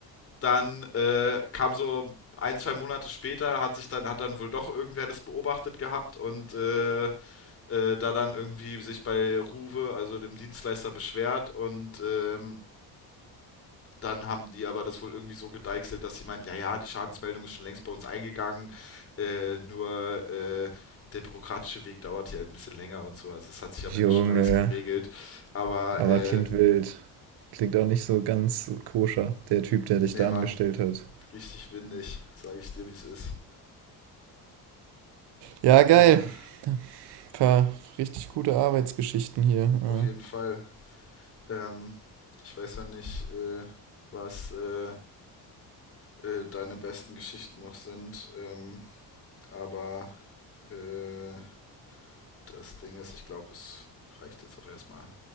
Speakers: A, on the left (about 35°); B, on the right (about 80°).
A: dann äh, kam so ein, zwei Monate später, hat sich dann, hat dann wohl doch irgendwer das beobachtet gehabt und äh, äh, da dann irgendwie sich bei Ruwe, also dem Dienstleister, beschwert und ähm, dann haben die aber das wohl irgendwie so gedeichselt, dass sie meinten, ja, ja, die Schadensmeldung ist schon längst bei uns eingegangen, äh, nur äh, der bürokratische Weg dauert hier halt ein bisschen länger und so. Also es hat sich am
B: <laughs> Junge.
A: Ende schon alles geregelt. Aber
B: Aber
A: äh,
B: klingt wild. Klingt auch nicht so ganz koscher, der Typ, der dich
A: nee,
B: da
A: Mann,
B: angestellt hat.
A: richtig windig, sage ich dir, wie es ist.
B: Ja, geil.
A: Ja,
B: Paar richtig gute Arbeitsgeschichten hier.
A: auf jeden Fall. Ähm, ich weiß ja nicht, äh, was äh, äh, deine besten Geschichten noch sind. Ähm, Aber äh, das Ding ist, ich glaube, es reicht jetzt auch erstmal.